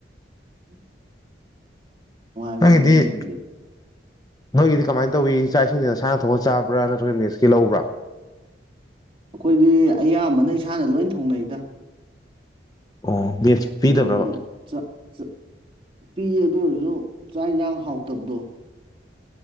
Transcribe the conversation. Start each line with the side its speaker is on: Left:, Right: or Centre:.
Right: ꯎꯝ ꯋꯥꯥꯏꯕꯤꯅꯦ
Left: ꯅꯪꯒꯤꯗꯤ
Right: ꯑꯗꯨꯗ
Left: ꯅꯣꯏꯒꯤꯗꯤ ꯀꯃꯥꯏꯅ ꯇꯧꯏꯤ ꯏꯆꯥ ꯏꯁꯤꯡꯁꯤꯅꯁꯥꯅ ꯊꯣꯛꯅ ꯆꯥꯕ꯭ꯔꯥ ꯅꯠꯇ꯭ꯔꯒ ꯃꯦꯛꯁꯀꯤ ꯂꯧꯕ꯭ꯔꯥ
Right: ꯑꯩꯈꯣꯏꯗꯤ ꯑꯌꯥꯝꯕꯅ ꯏꯁꯥꯅ ꯂꯣꯏ ꯊꯣꯡꯅꯩꯗ
Left: ꯑꯣ ꯄꯤꯗꯕ꯭ꯔꯕ
Right: ꯃꯤ ꯆꯥꯛ ꯆꯥꯛ ꯄꯤ ꯑꯗꯨ ꯑꯣꯏꯔꯁꯨ ꯆꯥꯛ ꯌꯦꯟꯁꯥꯡ ꯍꯥꯎꯇꯕꯗꯣ